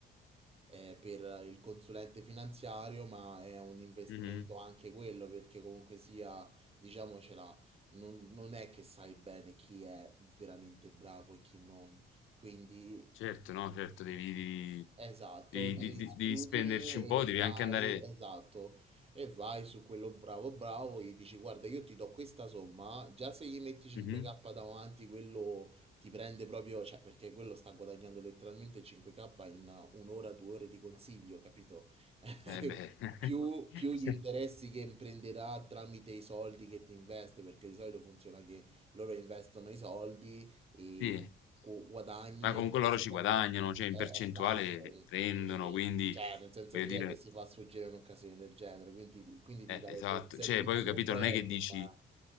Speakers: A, on the right; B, on the left.
A: eh, eh, per il consulente finanziario, ma è un investimento
B: Mhm.
A: anche quello, perché comunque sia, diciamocela, non, non è che sai bene chi è veramente bravo e chi non. Quindi
B: Certo, no, certo, devi, devi,
A: Esatto,
B: devi-
A: di
B: di- di- Esatto.
A: scrutini
B: devi spenderci un po',
A: e
B: devi
A: vai,
B: anche andare...
A: esatto, e vai su quello bravo bravo, gli dici guarda io ti do questa somma, già se gli metti 5k
B: Mhm.
A: davanti quello ti prende proprio, cioè perché quello sta guadagnando letteralmente 5k in un'ora, due ore di consiglio, capito? <laughs>
B: Eh beh, <laughs>
A: Più, più gli interessi che imprenderà tramite i soldi che ti investe, perché di solito funziona che loro investono i soldi e
B: sì,
A: tu guadagni
B: ma comunque
A: e loro
B: loro
A: si
B: ci
A: prendono...
B: guadagnano, cioè in
A: Eh,
B: percentuale
A: esatto, qui-
B: prendono,
A: quindi
B: quindi,
A: cioè, nel senso
B: voglio
A: chi
B: dire,
A: è che si fa sfuggire un'occasione del genere? Quindi, ti- quindi
B: eh,
A: ti darebbe
B: esatto,
A: il servizio
B: cioè poi capito,
A: premium.
B: non è che dici...
A: ma-